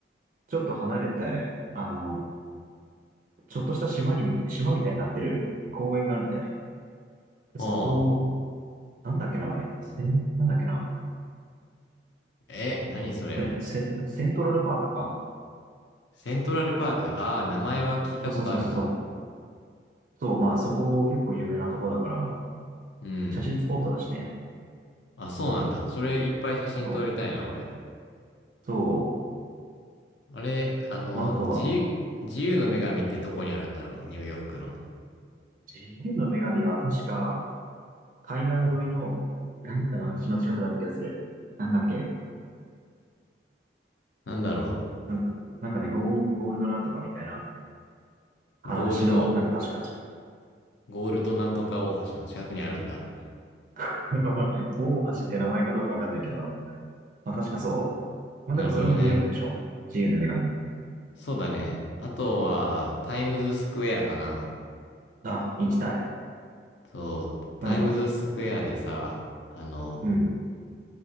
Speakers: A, on the right; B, on the left.
A: ちょっと離れて、あの、ちょっとした島にみ、島みたいになってる公園があるんだよね。
B: おう。
A: そこを、なんだっけ名前、セン、なんだっけな、
B: え、何それ。
A: セ、セ、セントラルパークか。
B: セントラルパーク。ああ、名前は聞いたことあるな。
A: そうそうそうそうそう。そう、まあそこ結構有名なとこだから、
B: うん。
A: 写真スポットだしね。
B: あ、そうなんだ。それいっぱい写真撮りたいな、
A: そう。
B: 俺。
A: そう。
B: あれ、あの、
A: まああとは、
B: 自由、自由の女神ってどこにあるんだろう、ニューヨークの。
A: 自由の女神は確か、海岸沿いの、なんかの橋の近くだった気がする。なんだっけ。
B: なんだろ
A: なんか、なんかね、ゴー、ゴールドなんとかみたいな、あの橋の、
B: う。ゴールド、
A: なんか確か
B: ゴールドなんとか大橋の近くにあるんだ。
A: <laughs> まあ大橋って名前かどうかわかんないけど、まあ確かそう。まあでもそれもニューヨークでしょ。
B: なるほどね。
A: 自由の女神も。
B: そうだね。あとは、タイムズスクエアかな。
A: あ、行きたい。
B: そう、タイムズスクエアでさ、
A: まあでも、
B: あの、
A: うん。